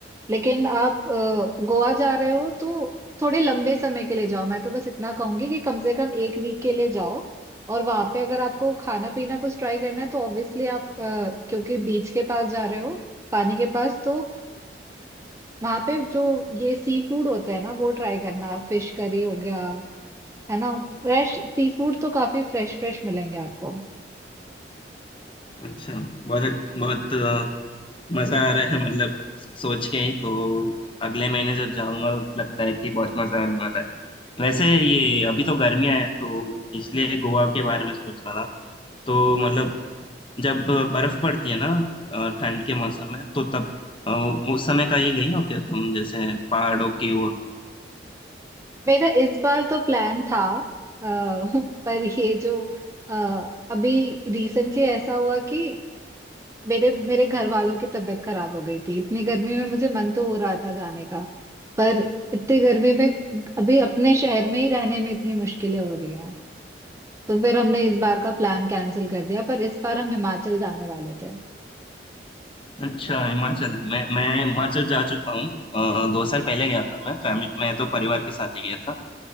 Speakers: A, on the right; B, on the left.
A: लेकिन आप अ, गोवा जा रहे हो तो थोड़े लंबे समय के लिए जाओ मैं तो बस इतना कहूंगी कि कम से कम एक वीक के लिए जाओ और वहां पे अगर आपको खाना पीना कुछ ट्राई करना है तो ऑब्वियसली आप अ, क्योंकि बीच के पास जा रहे हो पानी के पास तो वहां पे जो ये सी फूड होता है ना वो ट्राई करना फिश करी हो गया है ना फ्रेश सी फूड तो काफी फ्रेश फ्रेश मिलेंगे आपको
B: अच्छा बहुत बहुत अ, मजा आ रहा है मतलब सोच के ही तो अगले महीने जब जाऊंगा लगता है कि बहुत मजा आने वाला है वैसे ये अभी तो गर्मियां हैं तो इसलिए गोवा के बारे में सोच रहा था तो मतलब जब बर्फ पड़ती है ना अ, ठंड के मौसम में तो तब अ, उस समय कहीं गई हो क्या तुम जैसे पहाड़ों की ओर
A: मेरा इस बार तो प्लान था अ, <laughs> पर ये जो अ, अभी रिसेंटली ऐसा हुआ कि मेरे मेरे घर वालों की तबीयत खराब हो गई थी इतनी गर्मी में मुझे मन तो हो रहा था जाने का पर इतनी गर्मी में अभी अपने शहर में ही रहने में इतनी मुश्किलें हो रही हैं तो फिर हमने इस बार का प्लान कैंसिल कर दिया पर इस बार हम हिमाचल जाने वाले थे
B: अच्छा हिमाचल मैं मैं हिमाचल जा चुका हूँ अ, दो साल पहले गया था मैं फैमिली मैं तो परिवार के साथ ही गया था